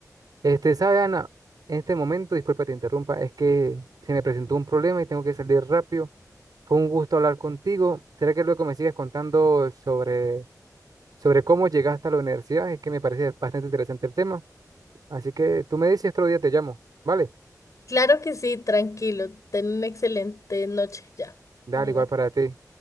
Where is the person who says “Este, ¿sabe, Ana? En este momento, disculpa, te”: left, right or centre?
Right